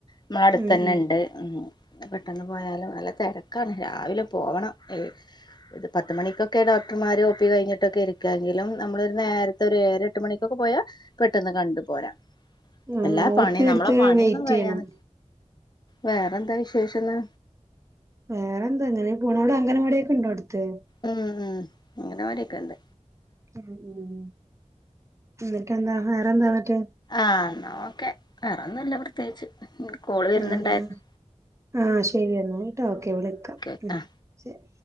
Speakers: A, on the left; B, on the right.
A: നമ്മള അടുത്തെന്നെണ്ട്.
B: ഉം ഉം
A: ഉം പെട്ടെന്ന് പോയാലും നല്ല തെരക്കാണ് രാവിലെ പോവണം എ ഇത് പത്തുമണിക്കൊക്കെ ഡോക്ടർമാര് ഒപ്പി കഴിഞ്ഞിട്ടൊക്കെ ഇരിക്ക എങ്കിലും നമ്മളൊരു നേരത്തെ ഒര് എയരാ എ എട്ട് മണിക്കൊക്കെ പോയാ പെട്ടെന്ന് കണ്ടു പോര.
B: ആ
A: അല്ലാ പണി
B: ഓ പി
A: നമ്മളെ
B: എടുത്ത്
A: പണിയൊന്നും
B: വെയിറ്റ്
A: കഴിയാന്.
B: ചെയ്യണം
A: വേറെന്താ വിശേഷന്ന്
B: വേറെ എന്താ ഇങ്ങനെ പോണ്. അവിടെ അംഗനവാടിയൊക്കെ ഇണ്ടോ അട്ത്ത്.
A: ഉം ഉം അംഗനവാടിയൊക്കണ്ട്
B: ഉം ഉം ഇന്നട്ടെന്താ വേറെന്താ ഇന്നട്ട്
A: ആഹ് എന്നാ ഓക്കെ വേറൊന്നുല്ല പ്രത്യേകിച്ച് കോള് വരുന്നുണ്ടായിരുന്ന്.
B: ആഹ് ആഹ് ആഹ് ശെരി എന്നിട്ടൊക്കെ വിളക്കാം
A: ഓക്കെ
B: ഉം
A: ആഹ്
B: ശരി